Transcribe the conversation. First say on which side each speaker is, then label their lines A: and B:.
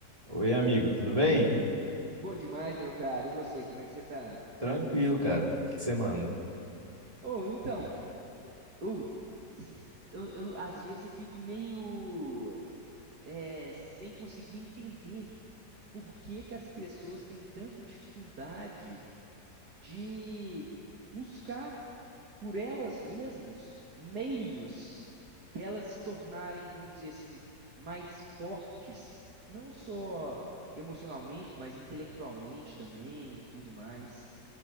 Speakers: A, on the right (about 20°); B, on the right (about 65°).
A: Oi, amigo, tudo bem?
B: Bom demais, meu cara. E você, como é que você tá?
A: Tranquilo, cara. O que que você manda?
B: Ou então, ou se- eu, eu- às vezes eu fico meio é, sem conseguir entender por que que as pessoas têm tanta dificuldade de buscar por elas mesmas meios delas se tornarem, vamos dizer assim, mais fortes, não só emocionalmente, mas intelectualmente também e tudo mais.